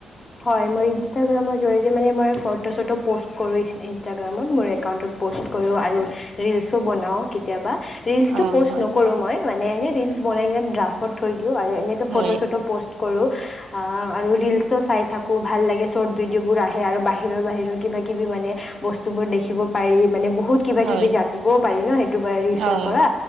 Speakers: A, on the left; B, on the right.
A: হয়, মই ইনষ্টাগ্ৰামৰ‌ জৰিয়তে মানে মই ফটো ছটো পষ্ট কৰো ইনষ্টাগ্ৰামৰত মোৰ এক একাউণ্টত প'ষ্ট কৰোঁ আৰু ৰিলচ চো বনাও কেতিয়াবা। ৰিলচটো
B: অ'
A: পষ্ট
B: হয়
A: নকৰো মই মানে এনে ৰিলচ বনাই কেনে ড্ৰাফত থৈ দি ও আৰু এনেটো
B: হয়
A: ফটো চটো প'ষ্ট কৰো। আ, আৰু ৰিলচো চাই থাকো ভাল লাগে, শৰ্ট ভিডিঅ' বোৰ আহে আৰু বাহিৰৰ বাহিৰৰ কিবা কিবি মানে বস্তুবোৰ দেখিব পাৰি মানে বহু বহুত কিবা
B: হয়
A: কিবি জানিবও পাৰি ন? সেইটোৰ পৰা ৰিলচৰ
B: অ'
A: পৰা।